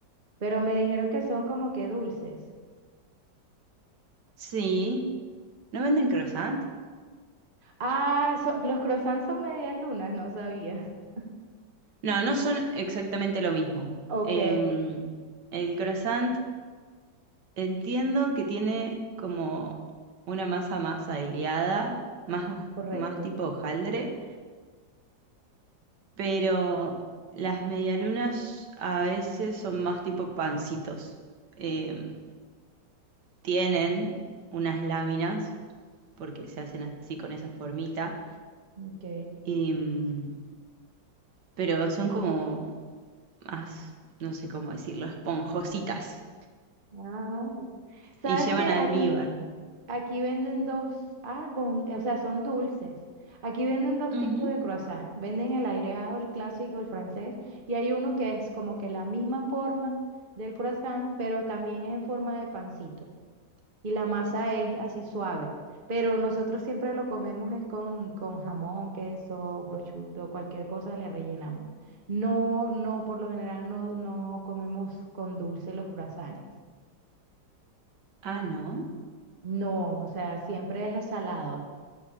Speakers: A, on the right (about 30°); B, on the right (about 70°).
A: Pero me dijeron que son como que dulces.
B: sí. ¿No venden croissant?
A: Ah, so- los croissants son medias lunas, no sabía. <laughs>
B: No, no son exactamente lo mismo.
A: Ok,
B: Em, el croissant Entiendo que tiene como una masa más aireada, más, hoj-
A: correcto.
B: más tipo hojaldre, pero las medialunas a veces son más tipo pancitos. Eh, tienen unas láminas, porque se hacen así con esa formita,
A: Ujú, ok.
B: em, pero son como más, no sé cómo decirlo, esponjositas
A: Ah, ¿sabes
B: y llevan
A: que
B: almíbar.
A: aquí? Aquí venden dos, ah, con, eh, o sea, son dulces. Aquí venden dos
B: Ujú.
A: tipos de croissant. Venden el aireado, el clásico, el francés, y hay uno que es como que la misma forma del croissant, pero también es en forma de pancito. Y la masa es así suave. Pero nosotros siempre lo comemos es con, con jamón, queso, prosciutto, cualquier cosa le rellenamos. No, no, por lo general no, no comemos con dulce los croissants.
B: Ah, no.
A: No, o sea, siempre es salado.